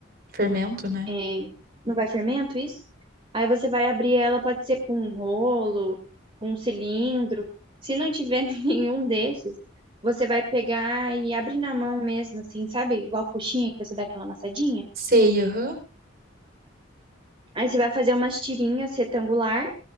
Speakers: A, on the right (about 50°); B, on the right (about 25°).
A: Fermento, né?
B: é, não vai fermento, isso. Aí você vai abrir ela, pode ser com um rolo, com um cilindro. Se não tiver <laughs> nenhum desses, você vai pegar e abrir na mão mesmo, assim, sabe? Igual coxinha que você dá aquela amassadinha.
A: Sei, aham.
B: Aí você vai fazer umas tirinhas retangular